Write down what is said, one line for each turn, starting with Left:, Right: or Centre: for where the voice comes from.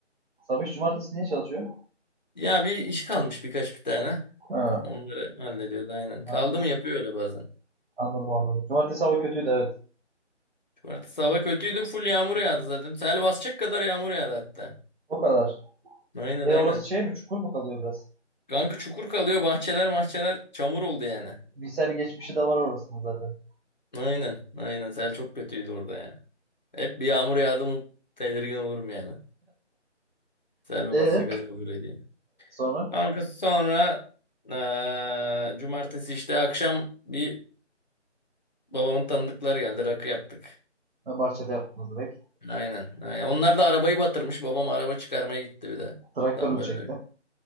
Right: Sabah cumartesi niye çalışıyor?
Left: Ya bir iş kalmış birkaç bir tane.
Right: Ha,
Left: Onları hallediyordu aynen.
Right: anladım
Left: Kaldı mı yapıyor öyle bazen.
Right: anladım. anladım. Cumartesi hava kötüydü evet.
Left: Cumartesi hava kötüydü. Full yağmur yağdı zaten. Sel basacak kadar yağmur yağdı hatta.
Right: O kadar.
Left: Aynen
Right: E
Left: aynen.
Right: orası şey mi? Çukur mu kalıyor biraz?
Left: Kanka çukur kalıyor. Bahçeler mahçeler çamur oldu yani.
Right: Bilsel geçmişi de var orasında zaten.
Left: Aynen. Aynen. Sel çok kötüydü orada ya. Hep bir yağmur yağdı mı tedirgin olurum yani. Sel mi
Right: E
Left: basacak acaba buraya diye.
Right: sonra
Left: Kanka sonra eee, cumartesi işte akşam bir babamın tanıdıklar geldi. Rakı yaptık.
Right: ha, Barça'da yaptınız direkt.
Left: Aynen. Aynen. Onlar da arabayı batırmış. Babam araba çıkarmaya gitti bir de.
Right: Traktörle
Left: Tam böyle.
Right: çekti.